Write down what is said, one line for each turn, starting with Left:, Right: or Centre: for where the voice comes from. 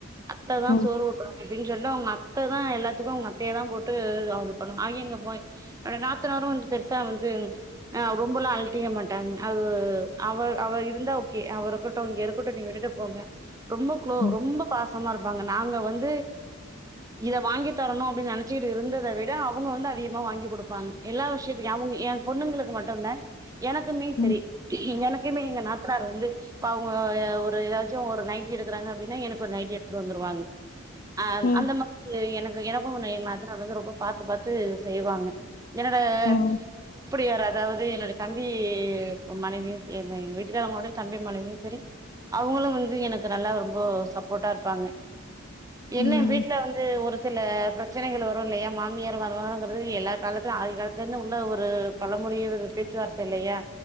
Right: அத்த தா
Left: ம்
Right: சோறு ஊட்டனு அப்டின் சொல்ட் அவுங்க அத்ததா எல்லாத்துக்கு உங்க அத்தைய தா போட்டு அது பண்ணு அவிங்கங்க போய் உட நாத்தனாரு வந்து பெருசா வந்து ஆ ரொம்பெல்லா அழட்டிக்க மாட்டாங்க அது அவர் அவர் இருந்தா ஓகே அவ இருக்கட்டு இங்க இருக்கட்டு நீ விட்டுட்டு ங்கோங் ரொம்ப குளோ
Left: ம்
Right: ரொம்ப பாசமா இருப்பாங்க நாங்க வந்து இத வாங்கி தரணு அப்டின்னு நினைச்சிட்டி இருந்தத விட அவுங்க வந்து அதிகமா வாங்கி குடுப்பாங்க எல்லா விஷய நெனச்சு கிட்டு இருக்கே அவுங்க எ பொண்ணுங்களுக்கு மட்டும்தா எனக்குமே சரி
Left: ம்
Right: எனக்கு குமே எங்க நாத்தனார் வந்து இப்ப அவுங்க ஒரு ஏதாச்சு ஒரு நைட்டி எடுக்கறாங்க அப்டின்னா எனக்கு ஒரு நைட்டி எடுத்துட்டு வந்துருவாங்க அ
Left: ம்
Right: அந்த மாதிரி எனக்கு எனக்கு ஏ நாத்தானார் வந்து ரொம்போ பாத்து பாத்து செய்வாங்க என்னோட
Left: ம்
Right: அப்படி யார் அதாவது என்னுடைய தம்பி மனைவியு என் எங்க வீட்டுக்காரவங்களுடைய தம்பி மனைவியு சரி அவுங்களு வந்து எனக்கு நல்லா ரொம்ப சப்போர்ட்டா இருப்பாங்க
Left: ம்
Right: என்ன வீட்டுல வந்து ஒரு சில பிரச்சனைகள் வரு இல்லையா மாமியார் வருவாங்கங்கிறது எல்லா காலத்தையு ஆ அதிகாலத்துல இருந்து உள்ள ஒரு பழமொழியு பேச்சுவார்த்த இல்லையா